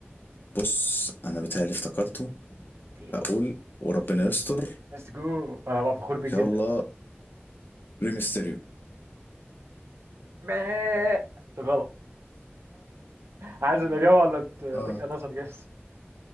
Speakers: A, on the left; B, on the right.
A: بص انا بيتهيألي افتكرته
B: تاني.
A: هقول وربنا
B: تاني.
A: يستر ان
B: مستكو أنا بفخور بجدنا.
A: شاء الله ريمستيريو
B: مااا. تغلب. عايز الأجاوة اللي تتك
A: اه
B: أنا صار جس.